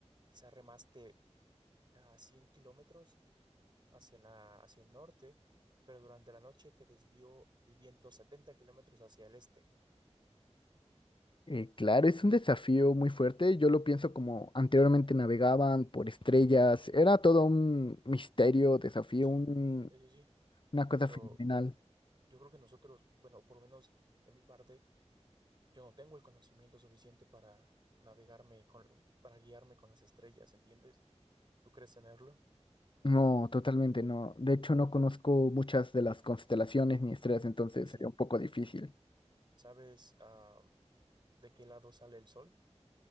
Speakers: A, on the right (about 40°); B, on the left (about 45°).
A: quizás remaste a 100 kilómetros hacia la, hacia el norte, pero durante la noche te desvió el viento 70 kilómetros hacia el este.
B: Eh, claro, es un desafío muy fuerte. Yo lo pienso como anteriormente navegaban por estrellas. Era todo un misterio, desafío,
A: Sí,
B: un-
A: eso sí,
B: una cosa
A: pero
B: fenomenal.
A: yo creo que nosotros, bueno, por lo menos de mi parte, Yo no tengo el conocimiento suficiente para navegarme con, para guiarme con las estrellas, ¿entiendes? ¿Tú crees tenerlo?
B: No, totalmente no. De hecho, no conozco muchas de las constelaciones ni estrellas, entonces
A: Sí, sí.
B: sería un poco difícil.
A: ¿Sabes, ah, de qué lado sale el sol?